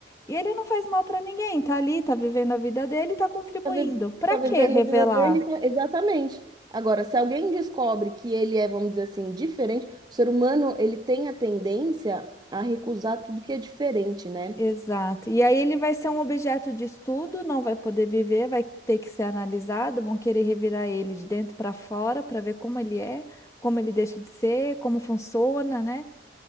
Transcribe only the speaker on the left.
E ele não faz mal pra ninguém, tá ali, tá vivendo a vida dele, tá contribuindo.
Pra
que
revelar?
Exato. E aí ele vai ser um objeto de estudo, não vai poder viver, vai ter que ser analisado, vão querer revirar ele de dentro para fora para ver como ele é, como ele deixa de ser, como funciona, né?